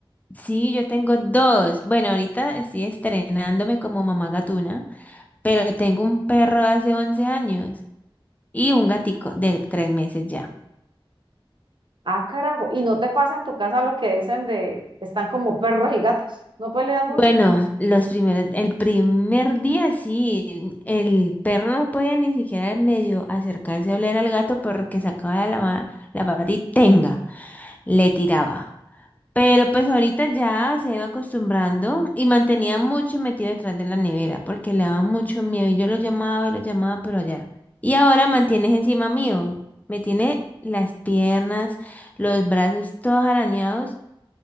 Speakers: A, on the left; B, on the right.
A: Sí, yo tengo dos. Bueno, ahorita estoy estrenándome como mamá gatuna, pero tengo un perro de hace 11 años y un gatico de tres meses ya.
B: Ah, carajo. ¿Y no te pasa en tu casa lo que dicen de están como perros y gatos? No pelean
A: Bueno,
B: mucho,
A: los primeros, el primer día sí, el perro no podía ni siquiera medio acercarse a oler al gato porque sacaba la, ma- la pata y tenga, le tiraba. Pero pues ahorita ya se ha ido acostumbrando y mantenía mucho metido detrás de la nevera porque le daba mucho miedo y yo lo llamaba y lo llamaba, pero ya. Y ahora mantienes encima mío, me tiene las piernas, los brazos todos arañados